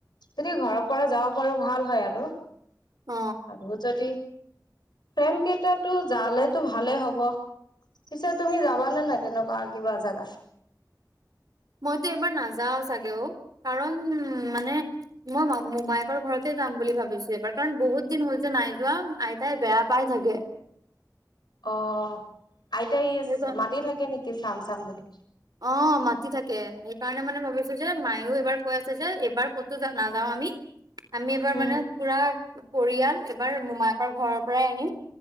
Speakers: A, on the left; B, on the right.
A: যদি ঘৰৰ পৰা যাব পাৰো ভাল হয় আৰু
B: অ
A: আৰু যদি ফেন কেইটাতো জালেতো ভালে হ'ব পিছে তুমি যাবাানে নাই তেনেকুৱা কিবা জোগা
B: মইতো এবাৰ নাযাওঁ চাগেও কাৰণ মানে মই মো মায়েকৰ ঘৰতে যাম বুলি ভাবিছো এইবাৰ কাৰণ বহুত দিন হল যে নাই যোৱা আইতাই বেয়া পাই থাকে <inaudible>
A: অ আইতা ই
B: সেইকাৰ
A: মাতি থাকে নেকি চাম চাম বুলি
B: অ মাতি থাকে সেইকাৰণে মানে ভাবিছো যে মায়ও এইবাৰ কৈ আছে যে এইবাৰ ক'তো নাযাও আমি আমি এবাৰ
A: উম
B: মানে পুৰা পৰিয়াল এবাৰ মোমায়কৰ ঘৰৰ পৰাই আহিম